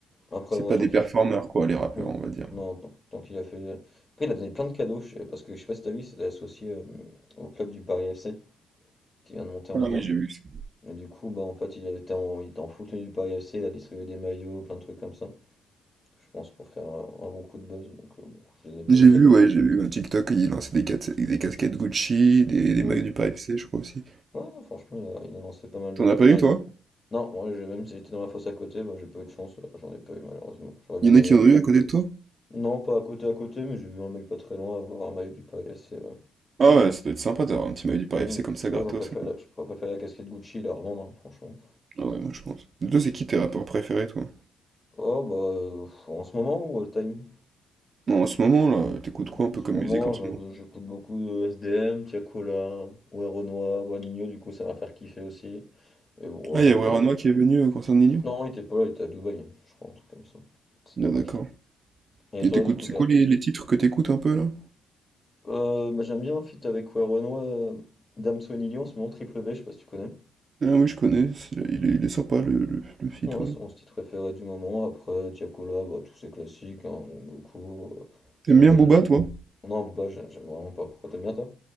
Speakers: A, on the left (about 25°); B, on the right (about 45°).
A: Après,
B: C'est
A: moi,
B: pas
A: tant
B: des
A: qu'il
B: performeurs, quoi, les rappeurs,
A: Oui,
B: on va dire.
A: non, non. Tant qu'il a fait. Après, il a donné plein de cadeaux, je sais- parce que je sais pas si t'as vu, c'était associé euh, au club du Paris FC qui vient de monter en
B: Ah
A: Ligue
B: oui,
A: 1.
B: j'ai vu ça.
A: Et du coup, bah en fait, il avait été en, il était en full tenue du Paris FC, il a distribué des maillots, plein de trucs comme ça. Je pense pour faire un, un bon coup de buzz. Donc, euh, bon, je les ai pas
B: J'ai
A: vus malheureusement.
B: vu, ouais, j'ai vu un TikTok, il lançait des, cas- des casquettes Gucci, des, des
A: Mm.
B: maillots du Paris FC, je crois aussi.
A: Ouais, non, franchement, il a, il a lancé pas mal de
B: T'en
A: trucs.
B: as pas eu,
A: J'ai-
B: toi?
A: Non, moi, j'ai- même si j'étais dans la fosse à côté, bah, j'ai pas eu de chance, euh, j'en ai pas eu malheureusement. J'aurais bien
B: Il y en
A: aimé.
B: a qui en ont eu à côté de toi?
A: Non, pas à côté à côté, mais j'ai vu un mec pas très loin avoir un maillot du Paris FC. ouais.
B: Ah ouais, ça doit être sympa d'avoir un petit maillot du Paris
A: Mm.
B: FC comme ça,
A: Oh,
B: gratos.
A: j'aurais préféré la, j'aurais préféré la casquette Gucci la revendre, hein, franchement.
B: Ah ouais, moi, je pense. Et Toi, c'est qui tes rappeurs préférés, toi?
A: Oh, bah, euh, en ce moment ou all time?
B: Non, en ce moment, là, t'écoutes
A: Bon,
B: quoi un
A: en
B: peu
A: ce
B: comme
A: moment,
B: musique en
A: je-
B: ce moment?
A: j'écoute beaucoup de S D M Tiakola, ouais, Renoir, Boiligno, du coup, ça m'a fait kiffer aussi. Et bon,
B: Ah,
A: ouais,
B: il
A: en
B: y a
A: ce
B: Waranoa
A: moment-
B: qui est venu euh, concernant Nino?
A: Non, il était pas là, il était à Dubaï, je crois, un truc comme ça. C'est dommage.
B: Ah, d'accord.
A: Et
B: Et
A: toi,
B: t'écoutes,
A: du coup,
B: c'est
A: t'es...
B: quoi les, les titres que t'écoutes un peu là?
A: Euh, bah, j'aime bien un feat avec ouais, Renoir, euh, Damso et Nili en ce moment, Triple V, je sais pas si tu connais.
B: Ah oui, je connais, c'est- il, est il est sympa le, le, le feat,
A: Ouais,
B: ouais.
A: c'est mon style préféré du moment. Après, Tiakola, bah, tous ces classiques, hein, j'aime beaucoup. euh, son
B: T'aimes
A: nouvel
B: bien Booba,
A: album.
B: toi?
A: Non, Booba, j'ai- j'aime vraiment pas. Pourquoi t'aimes bien toi?